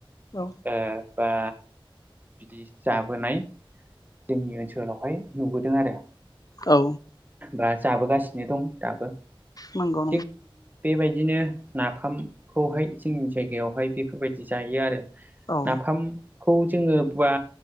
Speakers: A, on the left (about 40°); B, on the right (about 20°).
A: औ।
B: ओ बा बिदि जाबोनाय जोंनि ओनसोलावहाय नुबोदों आरो
A: औ।
B: बा जाबोगासिनो दं दाबो।
A: नोंगौ।
B: थिग बेबायदिनो नाफामखौहाय जोंनि जायगायावहाय बेफोरबायदि जायो आरो।
A: औ
B: नाफाम खौ जोङो बा